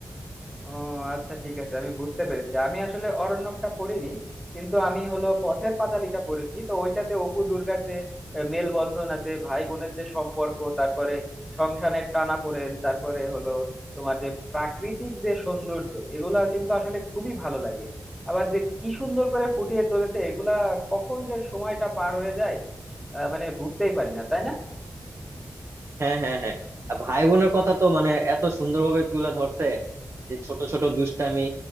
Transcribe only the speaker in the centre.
ও আচ্ছা ঠিক আছে আমি বুঝতে পেরেছি আমি আসলে অরণ্যকটা পড়িনি কিন্তু আমি হলো পথের পাঁচালীটা পড়েছি তো ওইটাতে অপু দুর্গার যে আহ, মেলবন্ধন আছে ভাই বোনের যে সম্পর্ক তারপরে সংসারের টানাপোড়েন তারপরে হলো তোমার যে প্রাকৃতিক যে সৌন্দর্য এগুলা কিন্তু আসলে খুবই ভালো লাগে আবার যে কি সুন্দর করে ফুটিয়ে চলেছে এগুলা কখন যে সময়টা পার হয়ে যায় আহ, মানে বুঝতেই পারি না তাই না